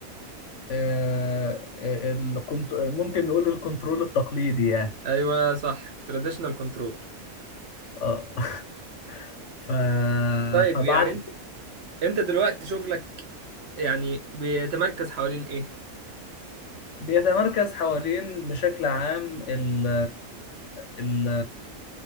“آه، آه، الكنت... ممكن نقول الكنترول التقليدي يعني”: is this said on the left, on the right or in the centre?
Left